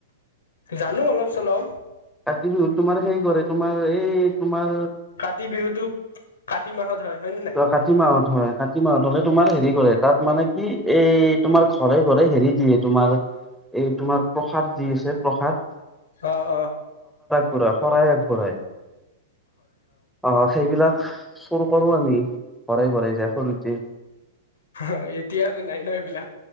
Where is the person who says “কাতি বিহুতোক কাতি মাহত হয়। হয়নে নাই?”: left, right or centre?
Left